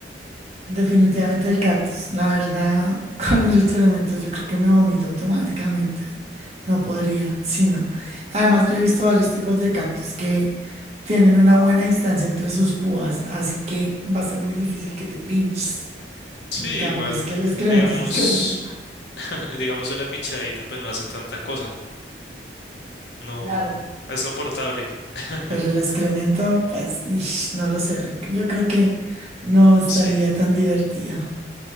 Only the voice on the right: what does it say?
Definitivamente el cactus. La verdad, <laughs> con el excremento yo creo que me vomito automáticamente. No podría, sí, no. Además, yo he visto varios tipos de cactus que tienen una buena distancia entre sus púas, así que va a ser muy difícil que te pinches.
En cambio,
es que el excremento
se excrementa.
Claro.
Pero el excremento, pues, ish, no lo sé, Rick. Yo creo que no estaría
tan divertido.